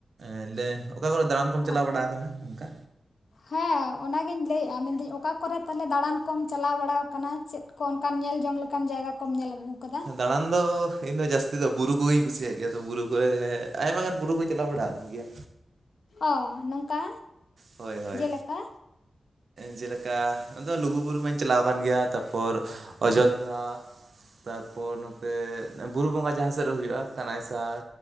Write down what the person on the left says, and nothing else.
ᱚ
ᱦᱮᱸ ᱚᱱᱟ ᱜᱤᱧ ᱞᱟᱹᱭ ᱮᱜᱼᱟ ᱢᱮᱱ ᱫᱤᱧ ᱚᱠᱟ ᱠᱚ ᱨᱮ ᱛᱟᱦᱚᱞᱮ ᱫᱟᱲᱟᱱ ᱠᱚᱢ ᱪᱟᱞᱟᱣ ᱵᱟᱲᱟ ᱟᱠᱟᱱᱟ <unintelligible> ᱠᱚᱱᱠᱟᱱ ᱧᱮᱞ ᱡᱚᱝ ᱞᱮᱠᱟᱱ ᱡᱟᱭᱜᱟ ᱠᱚᱢ ᱧᱮᱞ ᱟᱹᱜᱩ ᱟᱠᱟᱫᱟ ᱾
ᱚ ᱱᱚᱝᱠᱟ
ᱡᱮᱞᱮᱠᱟ